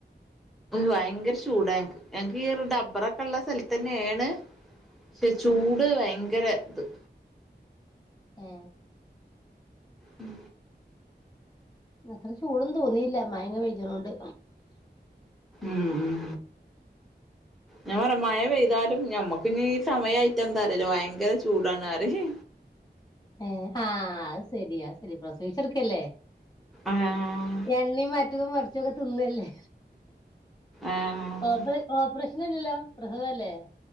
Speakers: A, in the centre; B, on the left.
A: ഭയങ്കര ചൂടാ ഞങ്ങക്ക് ഈ ഒരു ഡബറൊക്കെയുള്ള സ്ഥലത്തന്നെയാണ് പക്ഷെ ചൂട്
B: ഉം
A: ഭയങ്കര ഉം
B: ഏ
A: ഉം
B: അത്ര ചൂടൊന്നും തോന്നിയില്ല മഴയിങ്ങനെ പെയ്യിണോണ്ട്
A: ഉം ഉം ഞാൻ പറയ മഴ പെയ്താലും ഞമ്മക്ക് ഈ സമയായിട്ട് എന്താറിയില്ല ഭയങ്കര ചൂടാണ് അറിയ്
B: ഏ ആ അത് ശരി ശരി പ്രസവിച്ച് കിടക്കല്ലേ
A: ആഹ്
B: എണ്ണയും മ മറ്റതും മറിച്ചൊതൊക്കെ തിന്നല്ലേ
A: ആഹ്
B: ഓപ്പ ഓപ്പറേഷൻ അല്ലല്ലോ പ്രസവല്ലേ